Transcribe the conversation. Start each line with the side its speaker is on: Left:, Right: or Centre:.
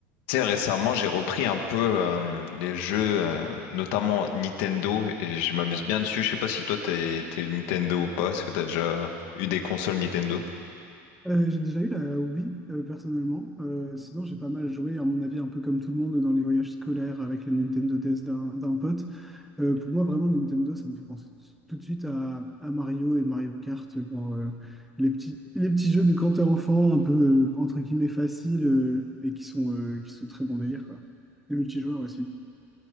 Left: Tu sais, récemment, j'ai repris un peu euh, les jeux, euh, notamment Nintendo, et je m'amuse bien dessus. Je sais pas si toi, t'es, t'es Nintendo ou pas. Est-ce que t'as déjà eu des consoles Nintendo?
Centre: Euh, j'ai déjà eu la Wii, euh, personnellement. Euh, sinon, j'ai pas mal joué, à mon avis, un peu comme tout le monde, dans les voyages scolaires avec la Nintendo DS d'un d'un pote. Euh, pour moi, vraiment, Nintendo, ça me fait penser tout de suite à, à Mario et Mario Kart, genre, euh, les petits, les petits jeux de quand t'es enfant, un peu, euh, entre guillemets, faciles euh, et qui sont, euh, qui sont très bon délire, quoi. Les multijoueurs aussi.